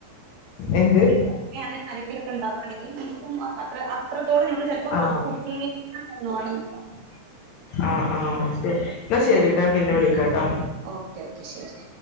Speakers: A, on the left; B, on the right.
A: എന്ത്
B: <unintelligible> ആരെങ്കിലുഒക്കെ ഇണ്ടാവുകവാണെങ്കി നുമുക്കും അത്ര അത്രത്തോളം നമ്മള് ചെ പ്പൊ
A: ആ
B: കുക്കിംഗ <unintelligible>
A: ആഹ് ആഹ് എന്നാ ശെരിട്ടാ പിന്ന വിളിക്കാട്ടാ
B: ഓക്കേ ഓക്കെ ശെരി